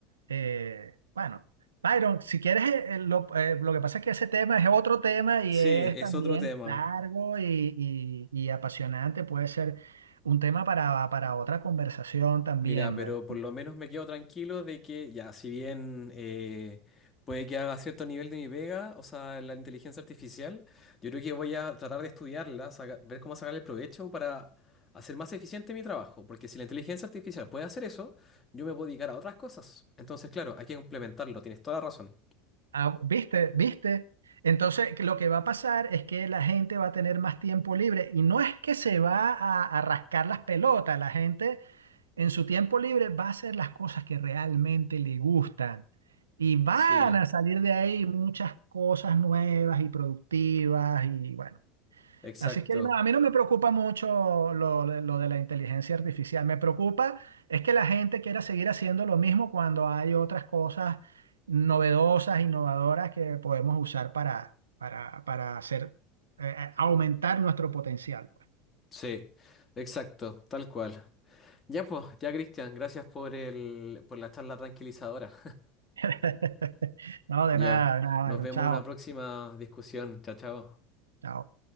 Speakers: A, on the right; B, on the left.
A: eh, bueno, Byron, si quieres, eh, eh, lo, eh, lo que pasa es que ese tema es otro tema y
B: Sí,
A: es
B: es
A: también
B: otro tema.
A: largo y, y- y apasionante, puede ser un tema para, para otra conversación también,
B: Mira, pero
A: ¿verdad?
B: por lo menos me quedo tranquilo de que ya, si bien eh, puede que haga cierto nivel de mi pega, o sea, la inteligencia artificial, yo creo que voy a tratar de estudiarla, saca- ver cómo sacarle el provecho para hacer más eficiente mi trabajo, porque si la inteligencia artificial puede hacer eso, yo me puedo dedicar a otras cosas. Entonces, claro, hay que complementarlo, tienes toda la razón.
A: Ah, ¿viste? ¿Viste? Entonces, que lo que va a pasar es que la gente va a tener más tiempo libre y no es que se va a, a rascar las pelotas, la gente en su tiempo libre va a hacer las cosas que realmente le gustan. Y van
B: Sí,
A: a salir de ahí muchas cosas nuevas y productivas y bueno.
B: exacto.
A: Así que no, a mí no me preocupa mucho lo, lo de la inteligencia artificial. Me preocupa es que la gente quiera seguir haciendo lo mismo cuando hay otras cosas novedosas, innovadoras que podemos usar para, para, para hacer, eh, eh, aumentar nuestro potencial.
B: Sí, exacto, tal cual. Ya pues, ya Cristian, gracias por el, por la charla tranquilizadora.
A: <laughs> No, de
B: Ya,
A: nada, de nada,
B: nos
A: Byron.
B: vemos
A: Chao,
B: en una próxima discusión. Chao, chao.
A: chao.